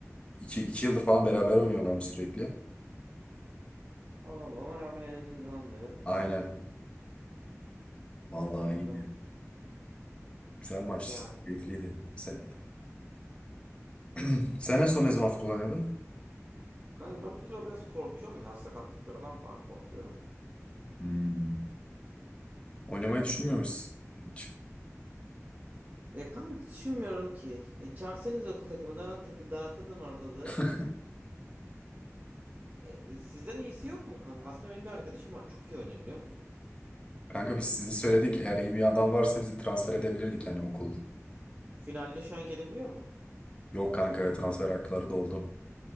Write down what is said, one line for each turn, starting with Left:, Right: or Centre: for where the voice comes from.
Left: iki, iki yıldır falan beraber oynuyorlarmış sürekli.
Right: Allah Allah ona rağmen elediniz ha onları.
Left: Aynen. Vallahi
Right: Anladım.
Left: iyiydi. Güzel maçtı.
Right: Ya
Left: Keyifliydi. Sen, <clears throat> sen en son ne zaman futbol oynadın?
Right: kanka ben bu sıra biraz korkuyorum ya sakatlıklardan falan korkuyorum.
Left: Hmm. Oynamayı düşünmüyor musun? Hiç.
Right: Ya kanka düşünmüyorum ki. E, çağırsanız okul takımına takı dağıtırdım ortalığı.
Left: <laughs>
Right: E, e, sizden iyisi yok mu kanka? Aslında benim bir arkadaşım var. Çok iyi oynuyor biliyor musun?
Left: Kanka biz sizi söyledik. Eğer iyi bir adam varsa bizi transfer edebilirdik yani okul.
Right: Finalde şu an gelebiliyor mu?
Left: Yok kanka transfer hakları doldu.